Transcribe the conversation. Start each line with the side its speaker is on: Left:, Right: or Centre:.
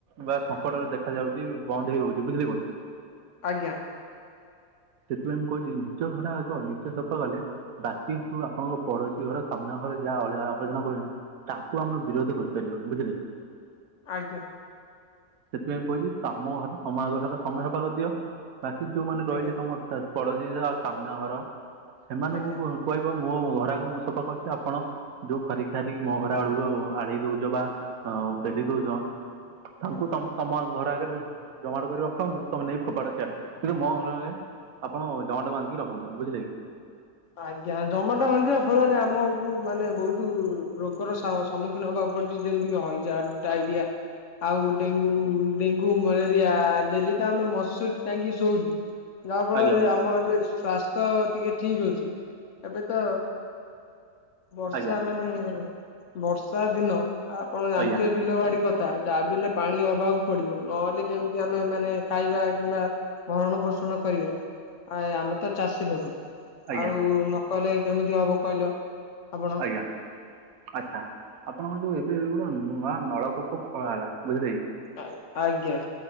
Right: ବା ସଙ୍କଟରେ ଦେଖା ଯାଉଛି ବନ୍ଦ ହେଇ ରହୁଛି ବୁଝିଲେ କି ବନ୍ଧୁ।
Left: ଆଜ୍ଞା।
Right: ସେଥିପାଇଁ ମୁଁ କହୁଛି ନିଜ ଘର ଆଗ ନିଜେ ସଫା କଲେ ବାକି ଯୋଉ ଆପଣଙ୍କ ପଡୋଶୀ ଘର ସାମ୍ନା ଘରେ ଯାହା ଅଳିଆ ଆବର୍ଜନା କରୁଛନ୍ତି ତାକୁ ଆମେ ବିରୋଧ କରିପାରିବା ବୁଝିଲେ କି।
Left: ଆଜ୍ଞା।
Right: ସେଥିପାଇଁ ମୁଁ କହୁଛି ତମ ଘର ତମ ଆଗଟା ତମେ ସଫା କରି ଦିଅ ବାକି ଯୋଉମାନେ ରହିଲେ
Left: ଆଜ୍ଞା
Right: ତମ <unintelligible> ପଡୋଶୀ ର ସାମ୍ନା ଘର ସେମାନଙ୍କୁ
Left: ଆଜ୍ଞା
Right: କହିବ ମୋ ଘର ଆଗ ମୁଁ ସଫା କରୁଛି ଆପଣ ଯୋଉ ଖରିି ଖାରିକି ମୋ ଘର ଆଡକୁ ଆଡେଇ ଦଉଚ ବା ପେଲି ଦଉଚ ତାଙ୍କୁ
Left: ଆଜ୍ଞା
Right: ତମେ ତମ ଘର ଆଗରେ ଜମାଟ କରି ରଖ ମୁଁ ତମେ ନେଇକି ଫୋପାଡ ସିଆଡେ କିନ୍ତୁ ମୋ ଘର ଆଗେ ଆପଣ ଜମାଟ ବାନ୍ଧିକି ରଖନ୍ତୁନି ବୁଝିଲେ କି।
Left: ଆଜ୍ଞା। ଜମାଟ ବାନ୍ଧିବା ଫଳରେ ଆମକୁ ମାନେ ବହୁତ ରୋଗର ସାହବାସ ସମ୍ମୁଖୀନ ହବାକୁ ପଡୁଛି ଯେମିତି କି ହଇଜା, ଡାଇରିଆ। ଆଉ ଡେଙ୍ଗୁ ଡେଙ୍ଗୁ, ମଲେରିଆ ଡେଲି ତ ଆମେ ମସୁରୀ ଟାଙ୍ଗୀ କି ଶୋଉଛୁ। ଯାହା ଫଳରେ
Right: ଆଜ୍ଞା
Left: ଆମ ଏବେ ସ୍ୱାସ୍ଥ୍ ଟିକେ ଠିକ ଅଛି। ଏବେ ତ ବର୍ଷା
Right: ଆଜ୍ଞା
Left: ମାନେ ଏ ବର୍ଷା ଦିନ ଆପଣ ଜାଣିଥିବେ
Right: ଆଜ୍ଞା
Left: ବିଲ ବାଡି କଥ ଥା ଯାହାବିହେଲେ ପାଣି ହବାକୁ ପଡିବ ନହେଲେ କେମିତି ଆମେ ମାନେ ଖାଇବା କିମ୍ବା ଭରଣ ପୋଷଣ କରିବା ଆ ଆମେ ତ ଚାଷୀ ଲୋକ।
Right: ଆଜ୍ଞା
Left: ଆଉ ନକଲେ କେମିତି ହବ କହିଲ। ଆପଣ
Right: ଆଜ୍ଞା। ଆଚ୍ଛା ଆପଣଙ୍କ ଯୋଉ ଏବେ ଗୋଟେ ନୂଆ ନଳକୂପ ଖୋଳା ହେଲା ବୁଝିଲେ କି
Left: ଆ ଆଜ୍ଞା।